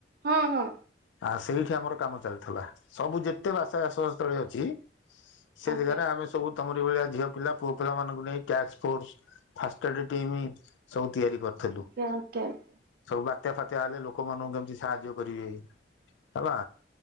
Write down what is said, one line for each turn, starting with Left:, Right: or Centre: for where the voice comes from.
Right: ହଁ ହଁ।
Left: ଆ ସେଇଠି ଆମର କାମ ଚାଲିଥିଲା। ସବୁ ଯେତେ ବାଷା ସ ସ୍ଥଳୀ ଅଛି। ସେଇ
Right: ଆଜ୍ଞା।
Left: ଯାଗାରେ ଆମେ ସବୁ ତମରି ଭଳିଆ ଝିଅ ପିଲା ପୁଅ ପିଲାମାନଙ୍କୁ ନେଇ କ୍ୟାଚ୍ ଫୋର୍ସ ଫାଷ୍ଟେଡ ଟିମ୍ ସବୁ ତିଆରି କରିଥେଲୁ।
Right: କ୍ୟାବ୍ କ୍ୟାବ୍ <unintelligible>
Left: ସବୁ ବାତ୍ୟା ଫାତ୍ୟା ହେଲେ ଲୋକମାନଙ୍କୁ କେମିତି ସାହାଯ୍ୟ କରିବେ ହେଲା।